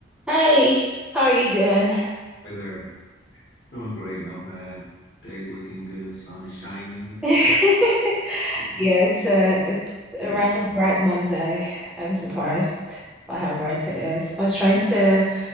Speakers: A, in the centre; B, on the left.
A: Hey, how are you doing?
B: Hi there. Doing great, not bad. Day's looking good, sun is shining.
A: <laughs>
B: Yeah,
A: Yeah, it's a it's a
B: just
A: rather
B: chilling.
A: bright Monday. I'm surprised by how bright it is. I was trying to